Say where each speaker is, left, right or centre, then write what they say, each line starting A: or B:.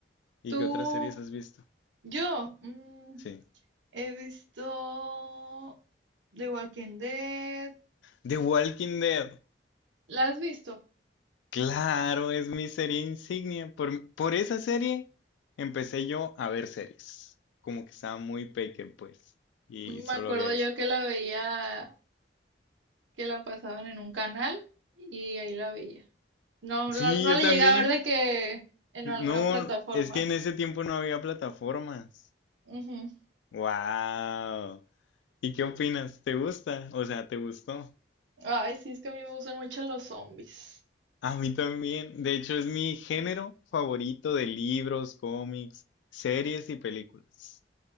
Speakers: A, on the left; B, on the right.
A: ¿Y
B: Tú,
A: qué otras series has visto?
B: yo, mm,
A: Sí.
B: He visto The Walking Dead.
A: The Walking Dead.
B: ¿La has visto?
A: Claro, es mi serie insignia. Por, por esa serie empecé yo a ver series. Como que estaba muy peque, pues. Y
B: Me
A: solo
B: acuerdo
A: había eso.
B: yo que la veía, que la pasaban en un canal y ahí la veía. No,
A: Sí,
B: no, no
A: yo
B: le
A: también.
B: llegué a ver de que en
A: No,
B: alguna plataforma.
A: es que en ese tiempo no había plataformas.
B: Ujú,
A: Wow. ¿Y qué
B: sí.
A: opinas? ¿Te gusta? O sea, ¿te gustó?
B: Ay, sí, es que a mí me gustan mucho los zombies.
A: A mí también. De hecho, es mi género favorito de libros, cómics, series y películas.